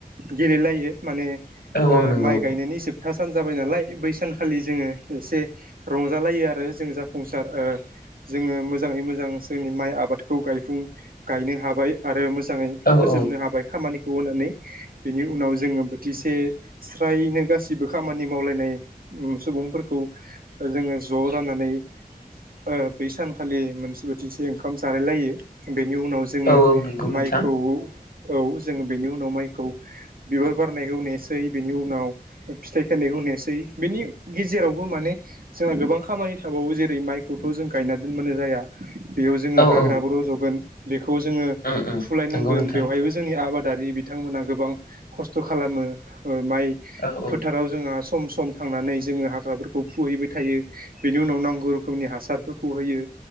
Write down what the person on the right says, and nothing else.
गेले जायो माने ओ
मान माइ गायनायनि जोब था सान जाबाय नालाय बै सानखालि जोङो एसे रंजालायो आरो जों जाब संसार ओ जोङो मोजाङै मोजां जोंनि माइ आबादखौ गायफुं गायनो हाबाय आरो मोज मोजाङै
फोजोबनो
हाबाय खामानि खौ होनानै बेनि उनाव जोङो बोथिसे स्रायनो गासैबो खामानि मावलायनाय उम सुबुंफोरखौ जोङो ओ ज' जानानै ओ बै सानखालि मोनसे बोथिसे ओंखाम जालायलायो बेनि उनाव जोङो
माइखौ औ जोंङो बेनि उनाव माइखौ बिबार बारनायखौ नेसै बेनि उनाव फिथाइ खायनायखौ नेसै बेनि गेजेरावबो माने जोंहा गोबां खामानि थाबावो जेरै माइखौथ' जों गायना दोनबानो जाया बेयाव जोङो
हाग्राबो
रज'गोन बेखौ जोङो
फुलायनांगोन
बेवहायबो जोंनि आबाद दारि बिथांमोनहा गोबां खस्थ' खालामो ओ माइ
फोथाराव जोंहा सम सम थांनानै जोङो हाग्राफोरखौ फुहैबाय थायो बेनि उनाव नांगौ रोखोमनि हासारफोरखौ होयो